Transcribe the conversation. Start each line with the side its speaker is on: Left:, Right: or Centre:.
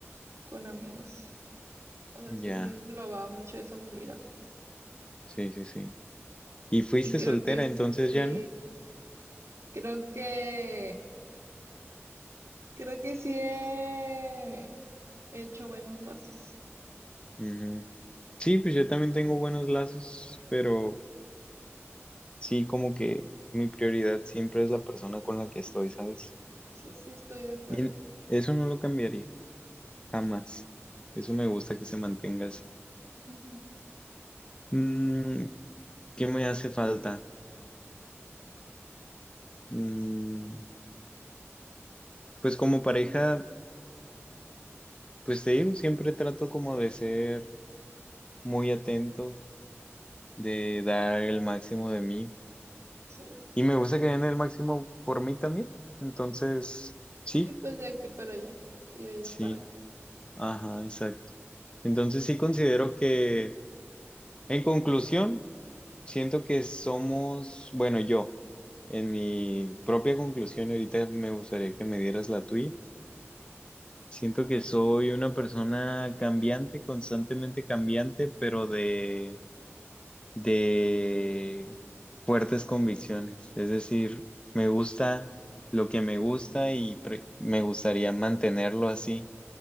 Right: con amigos. O sea,
Left: Ya,
Right: sí vi- englobaba mucho eso en mi vida, pues.
Left: sí, sí, sí. ¿Y fuiste
Right: Y creo
Left: soltera
Right: que sí,
Left: entonces ya, no?
Right: creo que, creo que sí he hecho buenos lazos.
Left: Ujú. Sí, pues yo también tengo buenos lazos, pero sí, como que mi prioridad siempre es la persona con la que estoy, ¿sabes?
Right: Sí, sí, estoy de acuerdo.
Left: Y eso no lo cambiaría. Jamás. Eso me gusta que se mantenga así.
Right: Ujú,
Left: Mm, ¿qué me hace falta? Mm, pues como pareja, pues te digo, siempre trato como de ser muy atento, de dar el máximo de mí.
Right: sí.
Left: Y me gusta que den el máximo por mí también. Entonces, sí,
Right: Sí, pues de aquí para allá y de allá
Left: sí,
Right: para acá.
Left: ajá, exacto. Entonces sí considero que, en conclusión, Siento que somos, bueno, yo, en mi propia conclusión, y ahorita me gustaría que me dieras la tuya. Siento que soy una persona cambiante, constantemente cambiante, pero de, de fuertes convicciones. Es decir, me gusta lo que me gusta y pre- me gustaría mantenerlo así